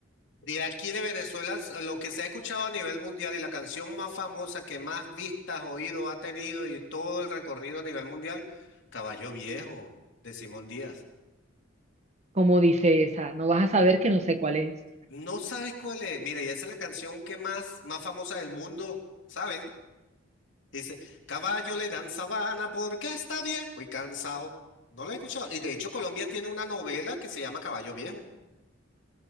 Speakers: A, on the left; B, on the right.
A: De aquí de Venezuela, s- lo que se ha escuchado a nivel mundial y la canción más famosa que más vistas, oídos ha tenido y todo el recorrido a nivel mundial, Caballo Viejo, de Simón Díaz.
B: Como dice esa, no vas a saber que no sé cuál es.
A: No sabes cuál es. Mira, y esa es la canción que más, más famosa del mundo, ¿sabes? Dice, caballo le dan sabana porque está viejo y cansado. No la he escuchado. Y de hecho, Colombia tiene una novela que se llama Caballo Viejo.